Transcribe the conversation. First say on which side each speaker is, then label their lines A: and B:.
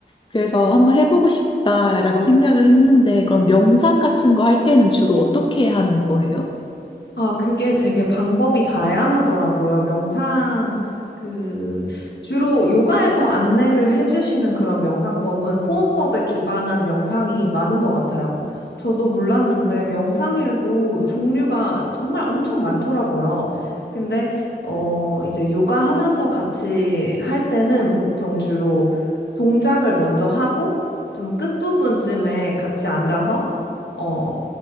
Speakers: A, on the left; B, on the left.
A: 그래서 한번 해보고 싶다라고 생각을 했는데 그럼 명상 같은 거 할 때는 주로 어떻게 하는 거예요?
B: 아, 그게 되게 방법이 다양하더라고요. 명상, 그, 주로 요가에서 안내를 해주시는 그런 명상법은 호흡법에 기반한 명상이 많은 것 같아요. 저도 몰랐는데 명상에도 종류가 정말 엄청 많더라고요. 근데, 어, 이제 요가 하면서 같이 할 때는 보통 주로 동작을 먼저 하고 좀 끝부분쯤에 같이 앉아서 어,